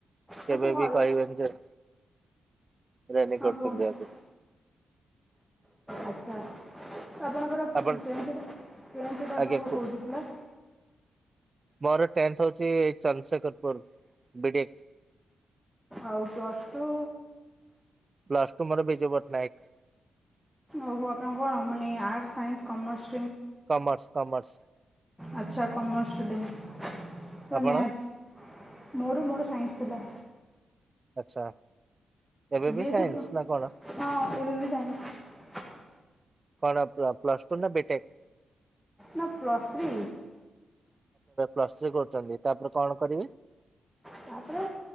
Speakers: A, in the centre; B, on the right (about 35°).
A: ମୋତେ
B: କେବେ
A: ଭଲ
B: ବି କହିବେନି ଯେ ରେନିକୋଟ
A: ହଁ କୁହନ୍ତୁ
B: ପିନ୍ଧିବାକୁ।
A: ଆଚ୍ଛା ଆପଣଙ୍କର ପ୍ୟାଣ୍
B: ଆପଣ
A: ସେଟ ପ୍ୟାଣ୍ଟ ସେଟ ଆପଣଙ୍କର
B: ଆଜ୍ଞା କୁ
A: କେଉଁଠି ଥିଲା?
B: ମୋର ଟେନ୍ଥ ହଉଛି ଚନ୍ଦ୍ରଶେଖରପୁର ବିଡି
A: ଆଉ ପ୍ଲସ୍ ଟୁ?
B: ପ୍ଲସ ଟୁ ମୋର ବିଜୁ ପଟ୍ଟନାୟକ।
A: ଆଉ ଆପଣଙ୍କ କଣ? ମାନେ arts science commerce
B: commerce commerce.
A: ଆଛା କମର୍ସ ଷ୍ଟୁଡେଣ୍ଟ
B: ଆପଣ
A: ମେଟ୍ ମୋ ମୋର ସାଇନ୍ସ ଥିଲା।
B: ଆଚ୍ଛା। ଏବେ
A: ବି ଏଇ
B: ସାଇନ୍ସ ନା କଣ
A: ହଁ ଏ ବବ ସାଇନ୍ସ
B: କଣ ପ୍ଲସ ଟୁ ନା ବିଟେକ?
A: ନ ପ୍ଲସ ଥ୍ରୀ।
B: ପ୍ଲଥ୍ରୀ କରୁଛନ୍ତି। ତାପରେ କଣ କରିବି?
A: ତାପରେ